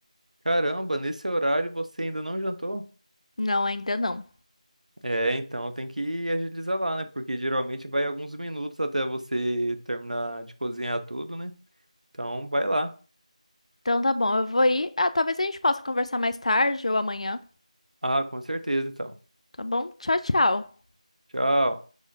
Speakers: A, on the right; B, on the left.
A: caramba, nesse horário você ainda não jantou?
B: Não, ainda não.
A: É, então tem que agilizar lá, né? Porque geralmente vai alguns minutos até você terminar de cozinhar tudo, né? Então vai lá.
B: Então tá bom, eu vou ir. Ah, talvez a gente possa conversar mais tarde ou amanhã,
A: Ah, com certeza, então.
B: tá bom? Tchau, tchau.
A: Tchau.